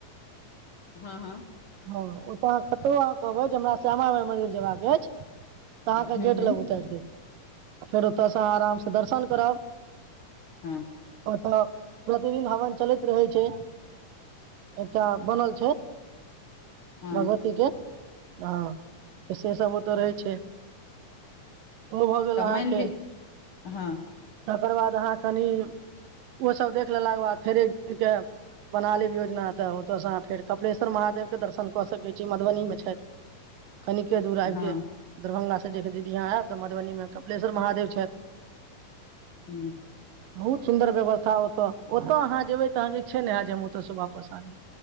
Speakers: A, on the left (about 50°); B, on the right (about 80°).
A: हाँ हाँ
B: ओ ओतऽ अहाँ कतो अहाँ कहबै जे हमरा श्यामा माइ मन्दिर जबाक अइछ तऽ अहाँके
A: हूँ
B: गेट
A: हूँ
B: लग उतारि देत आ फेर ओतयसँ आरामसं दर्शन करब
A: हाँ
B: एखनो प्रतिदिन हवन चलैत रहै छै एकटा बनल छै
A: हँ
B: भगवतीके हाँ तऽ से सब ओतय रहै छै ओ भऽ गेल
A: तऽ
B: अहाँके
A: मानि लि हँ
B: तकर बाद अहाँ कनि ओसब देख लेला के बाद फेर एक दिन के बनालेब योजना तऽ ओ तो फेर कपिलेश्वर महादेव दर्शन कऽ सकै छी मधुबनी मे छथ कनिके दूर आबके
A: हँ
B: दरभंगा देख दीदी यहाँ आब तऽ मधुबनी मे कपिलेश्वर महादेव छथि
A: हू
B: बहुत सुन्दर व्यवस्था ओतय ओतय अहाँ जेयबै तऽ अहाँ जे छै ने आ जे हम ओतयसे वापस आबी